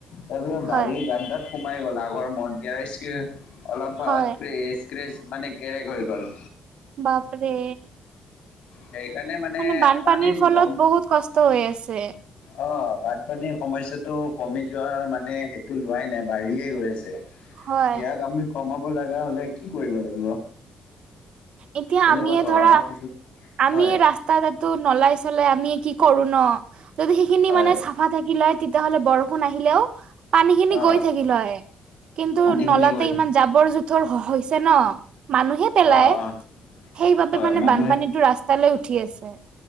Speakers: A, on the left; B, on the right.
A: তাৰপিছত গাড়ী
B: হয়
A: গাত গাত সোমাই গ'ল। আগৰ মদ গিয় অলপ
B: হয়
A: ক্ৰে ক্ৰেচ মানে কেৰেক হৈ গ'ল।
B: বাপৰে।
A: সেইকাৰণে
B: মানে বানপানীৰ
A: পানীত
B: ফলত
A: গম
B: বহুত কষ্ট হৈ আছে।
A: অ' বানপানীৰ সমস্যাটো কমি যোৱাৰ মানে সেইটো লোৱাই নাই বাঢ়িয়ে গৈ আছে।
B: হয়
A: ইয়াক আমি কমাব লগা হ'লে কি কৰিব লাগিব?
B: এতিয়া
A: কেনেকুৱা
B: আমি
A: ধৰণৰ
B: ধৰা
A: সুযোগ
B: আমি
A: হয়
B: ৰাস্তা ত তাতো নলাই চলাই আমি কি কৰো ন, যদি সেইখিনি
A: হয়
B: মানে চা ফা থাকিলে তেতিয়াহ'লে বৰ ষুণ আহিলেও পানী খিনি
A: অ
B: গৈ থাকিল হয়, কিন্তু
A: পানীখিনি
B: নলাতে
A: গৈ থাকে।
B: ইমান জাবৰ থৰ হৈছে ন, মানুহে পেলাই
A: অ', অ'।
B: সেইবাবে
A: হয়
B: মানে
A: মানুহে
B: বানপানীতটো ৰাস্তালৈ উঠি আছে।